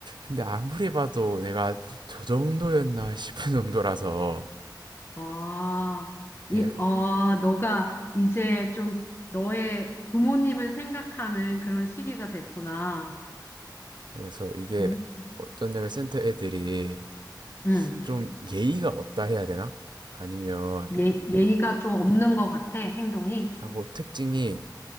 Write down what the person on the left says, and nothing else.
아, 이,
아, 너가 이제 좀 너의 부모님을 생각하는 그런 시기가 됐구나.
응?
응.
예, 예의가 좀 없는 것 같아, 행동이.